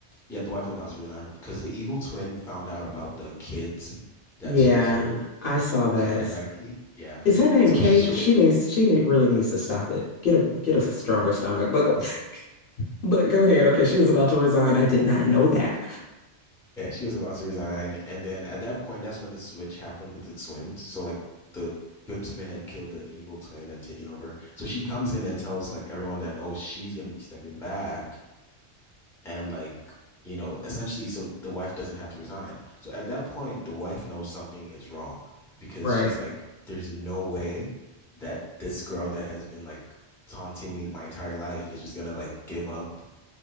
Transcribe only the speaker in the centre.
Yeah, the wife was about to resign because the evil twin found out about the kids that
she killed,
like indirectly. Yeah.
So
she'll
Yeah, she was about to resign. And then at that point, that's when the switch happened with the twins. So like the good twin had killed the evil twin and taken over. So she comes in and tells like everyone that, oh, she's gonna be stepping back and like, you know, essentially so the wife doesn't have to resign. So at that point, the wife knows something is wrong because
she's like, there's no way that this girl that has been like taunting me my entire life is just gonna like give up